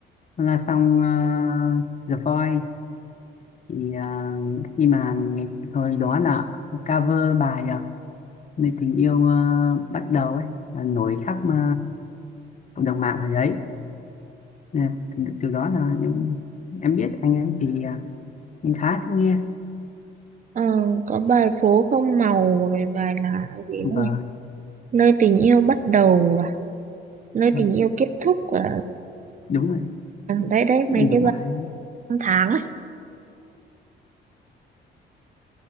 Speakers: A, on the left; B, on the right.
A: là xong uh, The Voice thì ờ, khi mà ngày, thời đó là cover bài ờ, Người tình yêu ờ, bắt đầu ấy là nổi khắp ờ, cộng đồng mạng thời đấy Nè, từ, từ đó là em, em biết anh ấy thì ờ, em khá thích nghe
B: ờ, có bài phố không màu rồi bài là gì nữa
A: và
B: nhỉ? nơi tình yêu bắt đầu à? nơi
A: và
B: tình yêu kết thúc à?
A: đúng rồi
B: Ừ, đấy đấy
A: nhiều
B: mấy cái bài
A: bài lắm.
B: năm tháng ấy